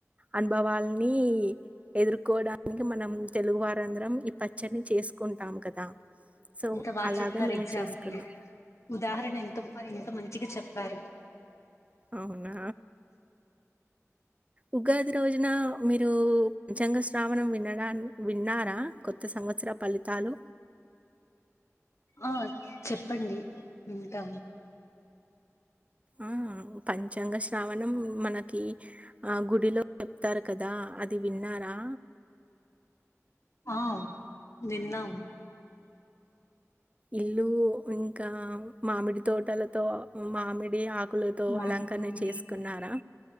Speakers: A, on the right; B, on the left.
A: అనుభవల్ని ఎదుర్కోడానికి మనం తెలుగువారందరం ఈ పచ్చని చేసుకుంటాం కదా సో,
B: ఇంత బచ్యత
A: అలాగా
B: ఫర్
A: మేము
B: ఎగ్జాంపుల్
A: చేసుకున్నాం.
B: ఉదాహరణ ఎంత ఎంత మంచిగా చెప్ బారు
A: అవునా ఉగాది రోజున మీరు పంచాంగ శ్రావణం వినడా విన్నారా కొత్త సంవత్సర ఫలితాలు
B: ఆన్ చెప్పండి ఇంకా
A: ఆ పంచాంగ శ్రావణం మనకి ఆ గుడిలో చెప్తారు కదా అది విన్నారా
B: ఆ నిన్న ఉను
A: ఇల్లు ఇంకా మామిడి తోటలతో మామిడి ఆకు హక్కులతో
B: మా
A: అలంకరణ
B: ఉమ్,
A: చేసుకున్నారా